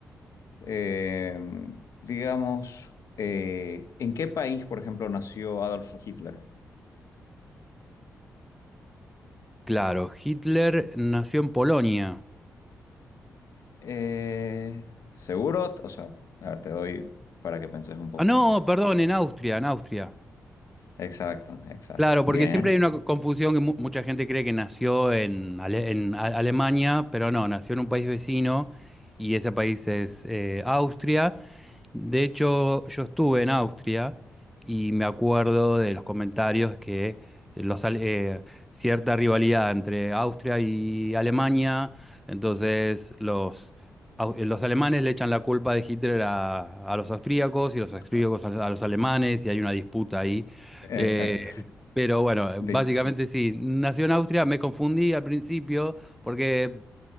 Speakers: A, on the left; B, in the centre.
A: eh, digamos, eh, ¿en qué país, por ejemplo, nació Adolf Hitler?
B: Claro, Hitler nació en Polonia.
A: Eh, seguro, o sea, a ver, te doy para que penses un poco
B: Ah, no,
A: más.
B: perdón, en Austria, en Austria.
A: Exacto, exacto.
B: Claro,
A: Bien.
B: porque siempre hay una confusión que mu- mucha gente cree que nació en, Ale- en A- Alemania, pero no, nació en un país vecino y ese país es eh, Austria. De hecho, yo estuve en Austria y me acuerdo de los comentarios que los, ale- eh, cierta rivalidad entre Austria y Alemania, entonces los, au- eh, los alemanes le echan la culpa de Hitler a, a los austríacos y los austríacos
A: Ah,
B: a, a los alemanes y hay una disputa ahí.
A: Exacto.
B: Eh, pero bueno, eh, básicamente
A: De-
B: sí, nació en Austria, me confundí al principio porque